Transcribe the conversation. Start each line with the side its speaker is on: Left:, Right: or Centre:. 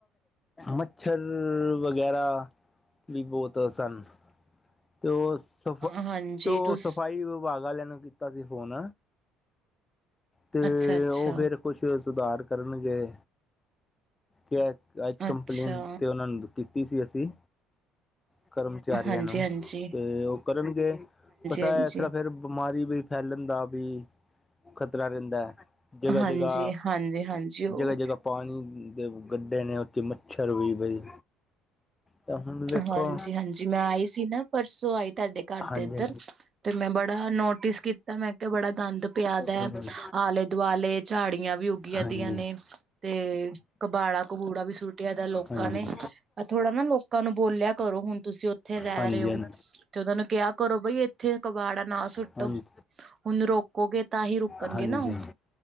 Left: ਮੱਛਰ, ਵਗੈਰਾ ਵੀ, ਬਹੁਤ ਸਨ। ਤੇ ਉਹ, ਸਫ਼
Right: ਹਾਂਜੀ
Left: ਤੇ ਉਹ
Right: ਤੁਸ
Left: ਸਫ਼ਾਈ, ਵਿਭਾਗ ਵਾਲਿਆਂ, ਨੂੰ ਕੀਤਾ ਸੀ ਫੋਨ। ਤੇ,
Right: ਅੱਛਾ, ਅੱਛਾ,
Left: ਉਹ ਫੇਰ, ਕੁਛ ਸੁਧਾਰ, ਕਰਨਗੇ। ਕਿ। ਅੱਜ, ਕੰਪਲੇਂਨ,
Right: ਅੱਛਾ।
Left: ਤੇ ਉਹਨਾਂ ਨੂੰ, ਕੀਤੀ ਸੀ। ਅਸੀਂ। ਕਰਮਚਾਰੀਆਂ
Right: ਹਾਂਜੀ,
Left: ਨੂੰ।
Right: ਹਾਂਜੀ, ਹਾਂਜੀ,
Left: ਤੇ ਉਹ ਕਰਨਗੇ, ਪਤਾ
Right: ਹਾਂਜੀ।
Left: ਹੈ। ਇਸ ਤਰਾਂ ਫੇਰ ਬਿਮਾਰੀ ਵੀ। ਫੈਲਣ, ਦਾ ਵੀ। ਖ਼ਤਰਾ, ਰਹਿੰਦਾ ਹੈ। ਜਗਾ-
Right: ਹਾਂਜੀ,
Left: ਜਗਾ,
Right: ਹਾਂਜੀ, ਹਾਂਜੀ ਉਹ
Left: ਜਗਾ- ਜਗਾ। ਪਾਣੀ ਦੇ ਗੱਡੇ ਨੇ। ਉਂਥੇ ਮੱਛਰ ਹੋਈ, ਪਈ। ਤਾਂ ਹੁਣ। ਵੇਖੋ
Right: ਹਾਂਜੀ- ਹਾਂਜੀ, ਮੈਂ ਆਈ ਸੀ ਨਾ। ਪਰਸੋਂ, ਆਈ ਤੁਹਾਡੇ। ਘਰ
Left: ਹਾਂਜੀ
Right: ਦੇ ਏਧਰ। ਤੇ ਮੈਂ, ਬੜਾ ਨੋਟਿਸ ਕੀਤਾ। ਤਾਂ ਮੈਂ ਕਿਹਾ, ਬੜਾ ਗੰਦ ਪਿਆ ਦਾ।
Left: ਹਾਂਜੀ
Right: ਆਲੇ- ਦੁਆਲੇ, ਝਾੜੀਆਂ ਵੀ ਉੱਗੀਆਂ
Left: ਹਾਂਜੀ ਹਾਂਜੀ
Right: ਦੀਆਂ ਨੇ। ਤੇ ਕਬਾੜਾ- ਕੂਬੂੜਾ, ਵੀ ਸੁੱਟਿਆਦਾ ਲੋਕਾਂ
Left: ਹਾਂਜੀ
Right: ਨੇ। ਏ ਥੋੜਾ ਨਾ ਲੋਕ। ਲੋਕਾਂ ਨੂੰ ਬੋਲਿਆ ਕਰੋ। ਹੁਣ ਤੁਸੀਂ, ਉੱਥੇ ਰਹਿ
Left: ਹਾਂਜੀ
Right: ਰਹੇ ਹੋ। ਤੇ ਉਹਨਾਂ ਨੂੰ, ਕਿਹਾ ਕਰੋ, ਬਈ ਇੱਥੇ ਕਬਾੜਾ। ਨਾ ਸੁੱਟੋ।
Left: ਹਾਂਜੀ ਹਾਂਜੀ
Right: ਹੁਣ ਰੋਕੋਗੇ, ਤਾਂ ਹੀ, ਰੋਕਣਗੇ
Left: ਹਾਂਜੀ
Right: ਨਾ ਉਹ।